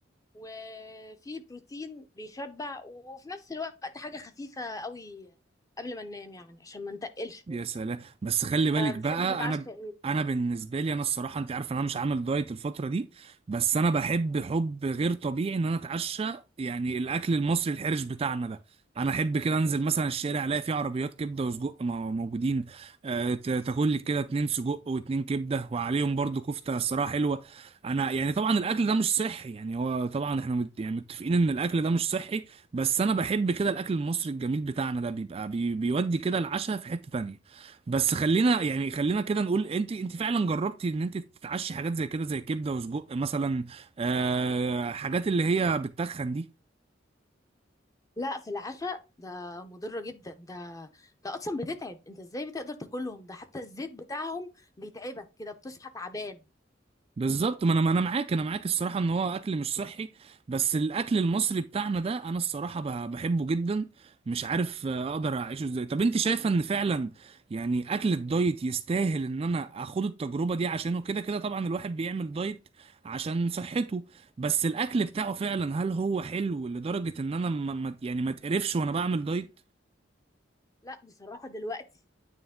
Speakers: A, on the left (about 20°); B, on the right (about 30°).
A: وفيه بروتين بيشبع وفي نفس الوقت حاجة خفيفة قوي قبل ما ننام يعني عشان ما نتقلش برضه
B: يا سلام بس خلي بالك بقى
A: بتحب تتعشى
B: انا
A: ايه
B: انا بالنسبه لي انا الصراحه انت عارف ان انا مش عامل دايت الفتره دي بس انا بحب حب غير طبيعي ان انا اتعشى يعني الاكل المصري الحرش بتاعنا ده انا احب كده انزل مثلا الشارع الاقي فيه عربيات كبده وسجق مو- موجودين آه، ت- تاكل لك كده اتنين سجق واتنين كبده وعليهم برضو كفته الصراحه حلوه انا يعني طبعا الاكل ده مش صحي يعني هو طبعا احنا مت يعني متفقين ان الاكل ده مش صحي بس انا بحب كده الاكل المصري الجميل بتاعنا ده بيبقى بي بيودي كده العشاء في حته تانية بس خلينا يعني خلينا كده نقول انت انت فعلا جربتي ان انت تتعشي حاجات زي كده زي كبده وسجق مثلا آه حاجات اللي هي بتتخن دي
A: لا في العشاء ده مضرة جدا ده ده اصلا بتتعب انت ازاي بتقدر تاكلهم ده حتى الزيت بتاعهم بيتعبك كده بتصحى تعبان
B: بالظبط ما انا ما انا معاك انا معاك الصراحه ان هو اكل مش صحي بس الاكل المصري بتاعنا ده انا الصراحه ب- بحبه جدا مش عارف آه، اقدر اعيشه ازاي طب انت شايفه ان فعلا يعني اكل الدايت يستاهل ان انا اخد التجربه دي عشانه كده كده طبعا الواحد بيعمل دايت عشان صحته بس الاكل بتاعه فعلا هل هو حلو لدرجه ان انا ما ما- يعني ما اتقرفش وانا بعمل دايت
A: لا بصراحة دلوقتي